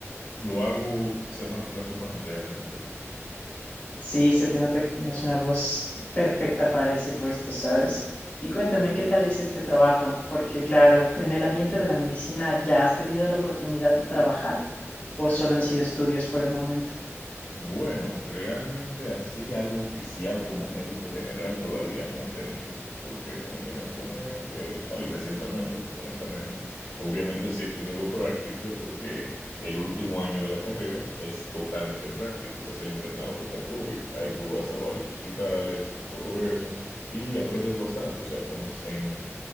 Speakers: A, on the left; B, on the left.
A: lo hago semana tras semana realmente.
B: Sí, se te nota que tienes una voz perfecta para ese puesto, ¿sabes? Y cuéntame, ¿qué tal es este trabajo? Porque claro, en el ambiente de la medicina, ¿ya has tenido la oportunidad de trabajar o solo han sido estudios por el momento?
A: Bueno, realmente así algo oficial como médico general todavía no he tenido, porque como te mencioné, eh, salí recientemente, honestamente. Obviamente sí he tenido práctica porque el último año de la carrera es totalmente práctico, que es el internado rotatorio. Ahí tú vas a varios hospitales y todo eso y aprendes bastante, o sea, pones en